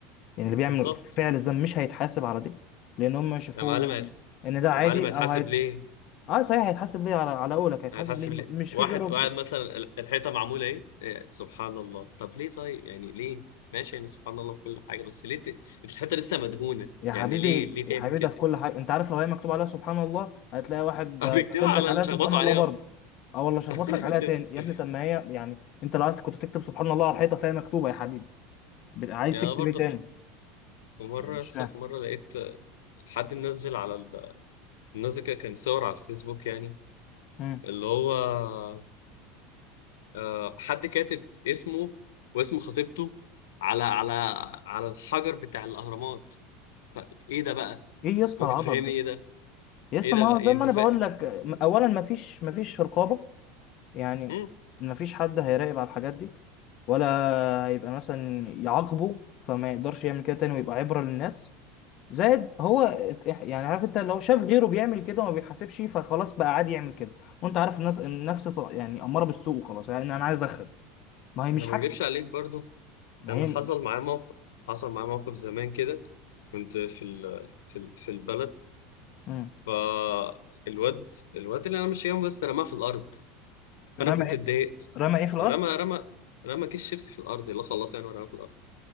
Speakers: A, on the left (about 50°); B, on the left (about 80°).
A: يعني اللي بيعمل
B: بالظبط
A: فعل الذنب مش هيتحاسب على دي لان هم شافوه
B: يا معلم هت-
A: ان ده
B: يا
A: عادي
B: معلم هيتحاسب
A: او هيت...
B: ليه
A: اه صحيح هيتحاسب ليه على على قولك هيتحاسب
B: هتحس
A: ليه
B: بليه
A: م- مش
B: واحد
A: في غيره
B: قاعد مثلا ال- الحيطه معموله ايه إيه، سبحان الله طب ليه طيب يعني ليه ماشي يعني سبحان الله في كل حاجه بس ليه ت... الحيطه لسه مدهونه
A: يا حبيبي
B: يعني ليه ليه
A: يا
B: تعمل
A: حبيبي
B: كده
A: ده في كل حاجه انت عارف لو هي مكتوب عليها سبحان الله هتلاقي واحد
B: <laughs> أه،
A: آه،
B: بيكتبوا
A: كاتب
B: على
A: لك عليها
B: اللي شخبطوا
A: سبحان الله
B: عليها
A: برضه
B: بقى.
A: او والله شخبط
B: <laughs>
A: لك عليها
B: بت-
A: تاني يا ابني طب ما هي يعني انت لو عايز كنت تكتب سبحان الله على الحيطه فهي مكتوبه يا حبيبي ب- عايز
B: يعني
A: تكتب
B: انا برضه
A: ايه تاني
B: في في مره
A: يعني مش
B: لسه
A: فاهم
B: في مره لقيت حد منزل على ال... منزل كده كان صور على الفيسبوك يعني
A: مم.
B: اللي هو آه، حد كاتب اسمه واسم خطيبته على على على الحجر بتاع الاهرامات طب ايه ده بقى
A: ايه يا اسطى
B: ممكن
A: العبط
B: تفهمني
A: ده
B: ايه ده
A: يا اسطى
B: ايه ده
A: ما
B: بقى
A: هو
B: يعني
A: زي
B: انت
A: ما انا
B: فاهم
A: بقول لك آه، اولا ما فيش ما فيش رقابه يعني
B: مم.
A: ما فيش حد هيراقب على الحاجات دي ولا هيبقى مثلا يعاقبه فما يقدرش يعمل كده تاني ويبقى عبره للناس زائد هو ات- يعني عارف انت لو شاف غيره بيعمل كده وما بيتحاسبش فخلاص بقى عادي يعمل كده وانت عارف الناس النفس ط- يعني اماره بالسوء وخلاص يعني انا عايز اخرب ما هي مش
B: انا ما
A: حاجتي
B: اكدبش عليك برضو
A: ما
B: انا
A: هي
B: حصل معايا موقف حصل معايا موقف زمان كده كنت في ال... في ال... في البلد
A: مم.
B: فالواد الواد اللي انا ماشي جنبه بس رماه في الارض فانا
A: رمى
B: كنت
A: ايه
B: اتضايقت
A: رمى ايه في الارض
B: رمى رمى رمى كيس شيبسي في الارض اللي خلاص يعني ورماه في الارض